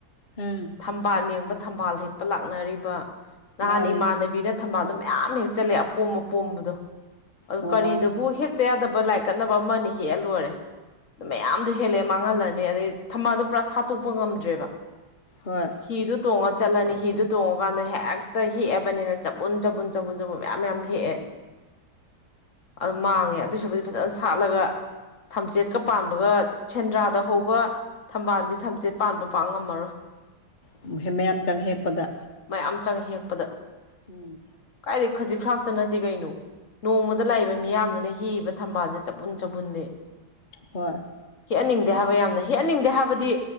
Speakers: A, on the left (about 35°); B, on the left (about 50°).
A: ꯎꯝ
B: ꯊꯝꯕꯥꯜ ꯌꯦꯡꯕ ꯊꯝꯕꯥꯜ ꯍꯦꯛꯄ ꯂꯥꯛꯅꯔꯤꯕ ꯅꯍꯥꯟ
A: ꯃꯥꯅꯦ
B: ꯏꯃꯥꯟꯅꯕꯤꯅ ꯊꯝꯕꯥꯜꯗꯣ ꯃꯌꯥꯝ ꯍꯦꯛ ꯆꯜꯂꯑꯦ ꯑꯄꯣꯝ ꯑꯄꯣꯝꯕꯗꯣ ꯑꯗꯨ
A: ꯑꯣ
B: ꯀꯔꯤꯗꯕꯨ ꯍꯦꯛꯇ ꯌꯥꯗꯕ ꯂꯥꯏꯛ ꯀꯠꯅꯕ ꯑꯃ ꯑꯅꯤ ꯍꯦꯛꯑ ꯂꯣꯏꯔꯦ ꯃꯌꯥꯝꯗꯨ ꯍꯦꯜꯂꯦ ꯃꯥꯡꯍꯜꯂꯅꯤ ꯑꯗꯩ ꯊꯝꯕꯥꯜꯗꯣ ꯄꯨꯔꯥ ꯁꯥꯠꯇꯣꯛꯄ ꯉꯝꯗ꯭ꯔꯦꯕ
A: ꯍꯣꯏ
B: ꯍꯤꯗꯨ ꯇꯣꯡꯉ ꯆꯠꯂꯅꯤ ꯍꯤꯗꯨ ꯇꯣꯡꯉꯀꯥꯟꯗ ꯍꯦꯛꯇ ꯍꯦꯛꯑꯕꯅꯦꯅ ꯆꯕꯨꯟ ꯆꯕꯨꯟ ꯆꯕꯨꯟ ꯆꯕꯨꯟ ꯃꯌꯥꯝ ꯃꯌꯥꯝ ꯍꯦꯛꯑꯦ ꯑꯗꯨ ꯃꯥꯡꯉꯦ ꯑꯗꯨꯏꯁꯔꯨꯛꯄꯨꯗꯤ ꯐꯖꯅ ꯁꯥꯠꯂꯒ ꯊꯝꯆꯦꯠꯀ ꯄꯥꯟꯕꯒ ꯁꯦꯟꯗ꯭ꯔꯥꯗ ꯍꯧꯕ ꯊꯝꯕꯥꯜꯗꯤ ꯊꯝꯆꯦꯠ ꯄꯥꯟꯕ ꯄꯥꯡ ꯉꯝꯃꯔꯣꯏ
A: <unintelligible> ꯃꯌꯥꯝ ꯆꯪ ꯍꯦꯛꯄꯗ
B: ꯃꯌꯥꯝ ꯆꯪꯉ ꯍꯦꯛꯄꯗ
A: ꯎꯝ
B: ꯀꯥꯏꯗꯩ ꯈꯖꯤꯛ ꯈꯔꯥꯛ ꯅꯠꯇꯦ ꯀꯩꯅꯣ ꯅꯣꯡꯃꯗ ꯂꯥꯛꯏꯕ ꯃꯤꯌꯥꯝꯖꯝꯅ ꯍꯦꯛ ꯏꯕ ꯊꯝꯕꯥꯜꯖꯦ ꯆꯕꯨꯟ ꯆꯕꯨꯟꯅꯦ
A: ꯍꯣꯏ
B: ꯍꯦꯛꯍꯟꯅꯤꯡꯗꯦ ꯍꯥꯏꯕ ꯌꯥꯝꯅ ꯍꯦꯛꯍꯟꯅꯤꯡꯗꯦ ꯍꯥꯏꯕꯗꯤ꯫